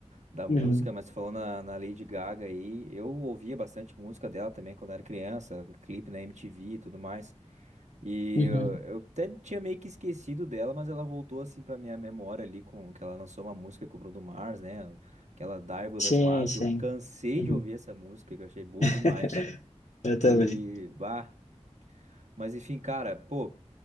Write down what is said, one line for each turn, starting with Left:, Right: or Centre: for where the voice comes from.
Right: da música,
Left: Uhum,
Right: mas falando na, na Lady Gaga aí, eu ouvia bastante música dela também quando era criança, clipe na MTV e tudo mais. E
Left: uhum.
Right: eu, eu até tinha meio que esquecido dela, mas ela voltou assim pra minha memória ali com que ela lançou uma música com o Bruno Mars, né? Aquela Dive with
Left: Sim,
Right: a Smile,
Left: sim.
Right: que eu cansei
Left: Uhum.
Right: de ouvir essa música, que eu achei boa
Left: <laughs>
Right: demais.
Left: Eu também.
Right: E, bah, mas enfim, cara, pô,